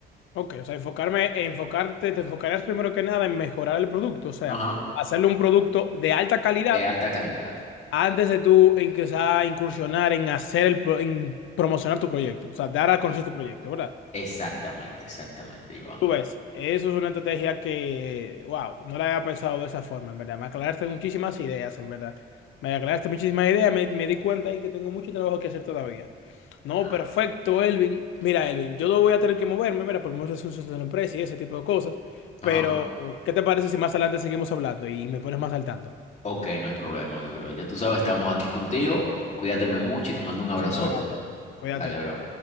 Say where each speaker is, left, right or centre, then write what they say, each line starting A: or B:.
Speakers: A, on the left; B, on the left.
A: Ok, o sea, enfocarme, enfocarte, te enfocarás primero que nada en mejorar el producto, o sea,
B: Ajá,
A: hacerle un producto de alta calidad
B: de alta calidad.
A: antes de tú empezar a incursionar en hacer el, pro- en promocionar tu proyecto, o sea, dar a conocer tu proyecto, ¿verdad?
B: Exactamente, exactamente, Iván.
A: Tú ves, eso es una estrategia que, wow, no la había pensado de esa forma, en verdad. Me aclaraste muchísimas ideas, en verdad. Me aclaraste muchísimas ideas, me, me di cuenta ahí que tengo mucho trabajo que hacer todavía. No,
B: Ah,
A: perfecto, Elvin. Mira, Elvin, yo no voy a tener que moverme, mira, por muchos asuntos de la empresa y ese tipo de cosas.
B: Ajá.
A: Pero, ¿qué te parece si más adelante seguimos hablando y me pones más al tanto?
B: Ok, no hay problema, mi bro. Ya tú sabes, estamos aquí contigo. Cuídateme mucho y te mando un abrazote.
A: Muchísimas gracias, bro. Cuídate.
B: Dale, bro.